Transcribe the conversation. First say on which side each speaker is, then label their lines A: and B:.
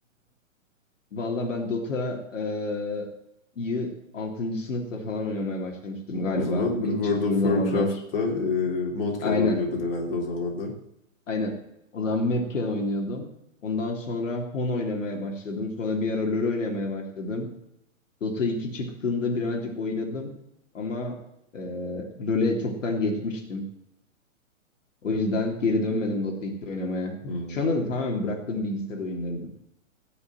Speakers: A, on the left; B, on the left.
A: Valla ben Dota'yı altıncı sınıfta falan oynamaya başlamıştım galiba.
B: O zaman
A: İlk
B: böyle World
A: çıktığı
B: of Warcraft'ta
A: zamanlar.
B: e, Modken
A: Aynen,
B: oynuyordun herhalde o zamanlar.
A: aynen. O zaman Mapken oynuyordum. Ondan sonra Hon oynamaya başladım. Sonra bir ara LoL oynamaya başladım. Dota 2 çıktığında birazcık oynadım. Ama e, LoL'e çoktan geçmiştim. O yüzden geri dönmedim Dota 2 oynamaya.
B: Hmm.
A: Şu anda da tamamen bıraktım bilgisayar oyunlarını.